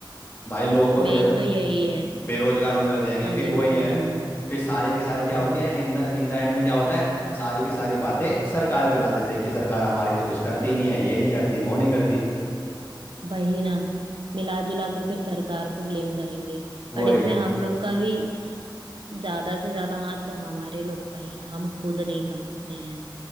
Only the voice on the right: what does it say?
मेन
तो यही है
अनएम्प्लॉयमेंट
हाँ
वही ना मिला जुला के फिर सरकार को ब्लेम करेंगे
बट इसमें हम लोग का भी ज्यादा से ज्यादा हाथ तो हमारे लोग का ही है हम खुद नहीं समझते हैं